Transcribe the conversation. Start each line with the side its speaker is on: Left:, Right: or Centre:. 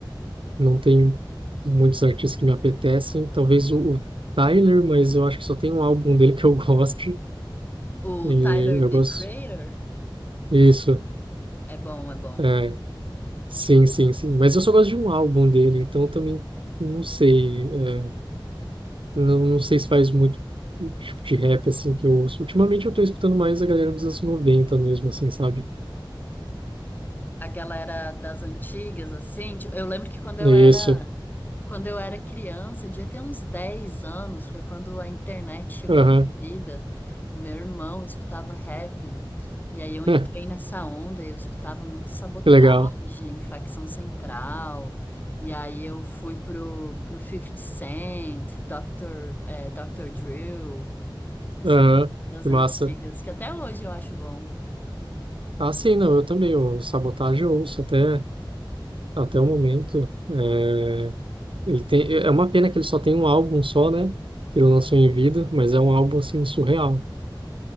Right: Não tem muitos artistas que me apetecem. Talvez o, o Tyler, mas eu acho que só tem um álbum dele que eu <laughs> gosto.
Left: O
Right: E
Left: Tyler,
Right: eu
Left: The
Right: gosto.
Left: Creator
Right: Isso.
Left: é bom, é bom.
Right: é, Sim, sim, sim. Mas eu só gosto de um álbum dele, então também não sei. é, não, não sei se faz muito o tipo de rap assim que eu ouço. Ultimamente eu tô escutando mais a galera dos anos noventa mesmo, assim, sabe?
Left: a galera das antigas, assim, tipo, eu lembro que quando eu
Right: É
Left: era,
Right: Isso.
Left: quando eu era criança, devia ter uns 10 anos, foi quando a internet chegou
Right: Aham.
Left: na minha vida. O meu irmão escutava rap, e aí eu entrei
Right: <laughs>
Left: nessa onda, e eu escutava muito Sabotagem,
Right: Que legal.
Left: Facção Central, e aí eu fui pro, pro fifty Cent, Dr., eh, Dr. Drill, essa
Right: Aham.
Left: galera das
Right: Que
Left: antigas,
Right: massa.
Left: que até hoje eu acho bom.
Right: Ah, sim, não, eu também. O Sabotage eu ouço até, até o momento. É, ele tem, é é uma pena que ele só tem um álbum só, né? Que ele lançou em vida, mas é um álbum assim surreal.